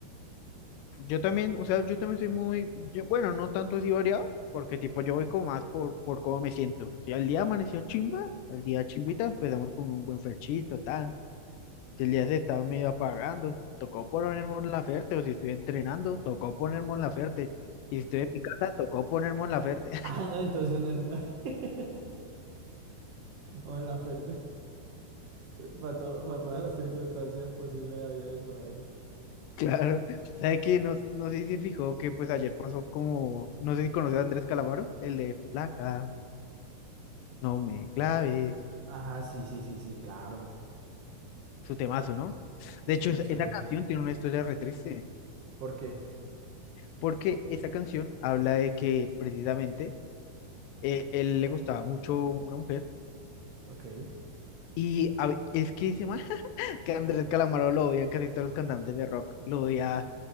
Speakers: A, on the left (about 90°); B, on the right (about 70°).
A: Yo también, o sea, yo también soy muy, yo, bueno, no tanto así variado, porque tipo yo voy como más por, por cómo me siento. Si al día amaneció chimba, al día chimbita, empezamos con un buen ferchito, tan. Si el día se estaba medio apagando, tocó poner Mon Laferte, o si estoy entrenando, tocó poner Mon Laferte. Y si estoy en mi casa, tocó poner Mon Laferte.
B: Ah, no, entonces no es más. <laughs> Mon Laferte, para <laughs> todas las circunstancias posibles de vida y por haber.
A: Claro, ¿sabe qué? No, no sé si se fijó que pues ayer pasó como, no sé si conoce a Andrés Calamaro, el de Flaca, no me claves,
B: Ajá, sí, sí, sí, sí, claro.
A: su temazo, ¿no?
B: Sí,
A: De hecho, es-
B: eso
A: esa
B: es bueno.
A: canción tiene una historia re triste,
B: ¿Por qué?
A: porque esa canción habla de que precisamente eh, él le gustaba mucho una mujer,
B: Ok.
A: y a ve- es que ese man, <laughs> que Andrés Calamaro lo odian casi todos los cantantes de rock, lo odia,